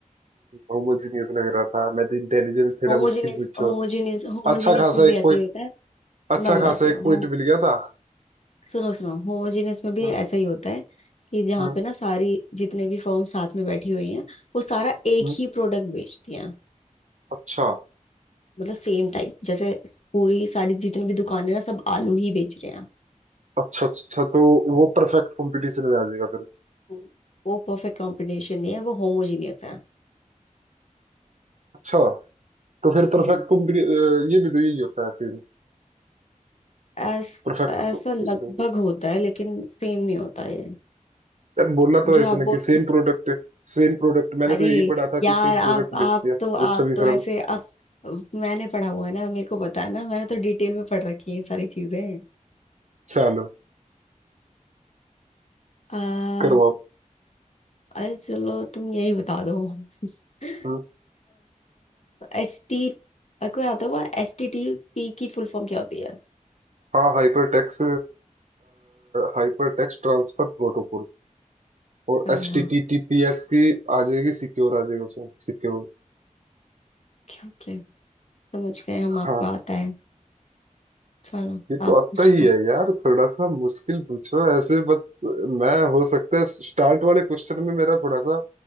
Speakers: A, on the right; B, on the left.
A: होमोजीनियस लग रहा था मैं तो इंटेलिजेंट थोड़ा
B: होमोजीनियस
A: मुश्किल पूछा
B: होमोजीनियस होमोजीनियस
A: अच्छा खासा
B: में भी
A: एक
B: ऐसा
A: पॉइंट
B: ही होता है
A: अच्छा
B: मैं बताती
A: खासा एक
B: हूँ
A: पॉइंट
B: होम-
A: मिल गया था
B: सुनो सुनो होमोजीनियस में भी
A: हम्म,
B: ऐसा ही होता है कि जहाँ
A: हम्म,
B: पे ना सारी जितने भी फर्म साथ में बैठी हुई हैं वो सारा एक
A: हम्म,
B: ही प्रोडक्ट बेचती हैं
A: अच्छा
B: मतलब सेम टाइप जैसे पूरी सारी जितनी भी दुकानें ना सब आलू ही बेच रहे हैं
A: अच्छा अच्छा अच्छा, तो वो परफेक्ट कंपटीशन में आ जाएगा फिर
B: हम्म। वो परफेक्ट कॉम्बिनेशन नहीं है वो होमोजीनियस है
A: अच्छा तो फिर परफेक्ट
B: हम्म
A: तुम भी- अ, ये भी तो यही होता है सेम
B: ऐस,
A: परफेक्ट
B: ऐसा
A: कंपटीशन
B: लगभग होता है लेकिन सेम नहीं होता ये
A: यार बोलना तो
B: जो
A: ऐसे
B: आप
A: ना
B: बोल
A: कि सेम प्रोडक्ट सेम प्रोडक्ट मैंने
B: अरे
A: तो यही पढ़ा था
B: यार
A: कि सेम
B: आप
A: प्रोडक्ट
B: आप
A: बेच दिया
B: तो आप
A: जब सभी
B: तो
A: फर्म
B: ऐसे आप मैंने पढ़ा हुआ है ना मेरे को पता है ना मैंने तो डिटेल में पढ़ रखी है ये सारी चीजें
A: चलो
B: आ,
A: करो आप
B: अरे चलो तुम यही बता दो <laughs>
A: हम्म,
B: एच टी कोई आता हुआ एच टी टी पी की फुल फॉर्म क्या होती है
A: हाँ hyper text hyper text transfer protocol और
B: अरे
A: H
B: वाह
A: T T T P S की आ जाएगी सिक्योर आ जाएगी उसमें सिक्योर
B: क्यों क्या समझ गए हम आपको
A: हाँ
B: आता है चलो
A: ये तो
B: आप
A: आता
B: पूछ
A: ही
B: लो
A: है यार थोड़ा सा मुश्किल पूछो ऐसे बस मैं हो सकता है स्टार्ट वाले क्वेश्चन में मेरा थोड़ा सा